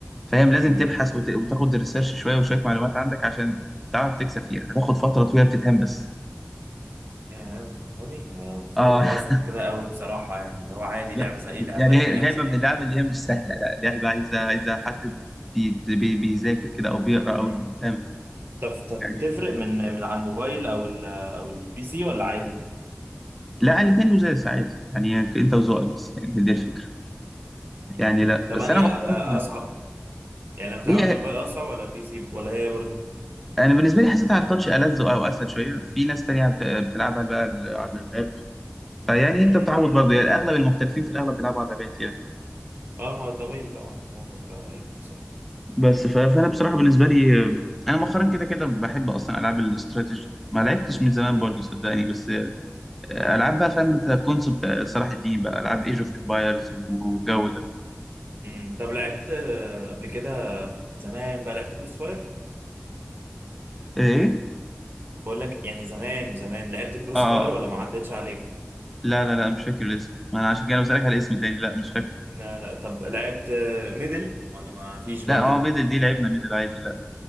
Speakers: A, in the centre; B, on the right (about 55°).
A: فاهم
B: امم
A: لازم تبحث وت... وتاخد ريسيرش شويه وشويه معلومات عندك عشان تعرف تكسب فيها هتاخد فتره طويله بتتهان بس
B: يا للدرجة دي أنا كنت
A: اه
B: فاكر الموضوع أصلا
A: <laughs>
B: كده قوي بصراحة يعني اللي هو عادي
A: لا
B: لعبة زي أي لعبة
A: يعني
B: إيه
A: هي
B: اللي هيحصل
A: لعبه من
B: يعني
A: اللعب اللي هي مش سهله لا لعبه عايزه عايزه حد بي... بي... بيذاكر كده او بيقرا
B: امم
A: او مهتم
B: طب طب
A: يعني
B: بتفرق من من على الموبايل او ال او البي سي ولا عادي
A: لا الاثنين لزاز عادي يعني انت وذوقك بس يعني هي دي الفكره
B: مم.
A: يعني لا
B: طب
A: بس
B: أنهي
A: انا مؤخرا
B: أ- أصعب يعني لما تلعب
A: هي
B: من الموبايل أصعب ولا البي سي ولا هي برضه؟
A: انا بالنسبه لي حسيتها على التاتش ألذ او اسهل شويه في ناس تانية بت- بتلعبها بقى على اللاب فيعني
B: امم
A: انت بتعود برضه يعني اغلب المحترفين في الاغلب بيلعبوا على اللابات يعني
B: اه ما طبيعي طبعا آه، بفكر ايوه صح
A: بس ف- فانا بصراحه بالنسبه لي آه، انا مؤخرا كده كده بحب اصلا العاب الاستراتيجي ما لعبتش من زمان
B: مم.
A: برضو صدقني بس آه، العاب
B: مم.
A: بقى فاهم انت كونسبت صلاح الدين بقى العاب ايج اوف امبايرز والجو ده
B: مم. طب لعبت آه، قبل كده زمان بقى لعبت كروس فاير؟
A: ايه
B: بقول لك يعني زمان زمان لعبت كروس
A: اه آه،
B: فاير
A: آه.
B: ولا ما عدتش عليك؟
A: لا لا لا مش فاكر الاسم ما انا عشان كده بسالك على اسم تاني لا مش فاكر
B: لا لا طب لعبت آه، ميدل ولا ما فيش برضو
A: لا اه ميدل دي لعبنا ميدل عادي لا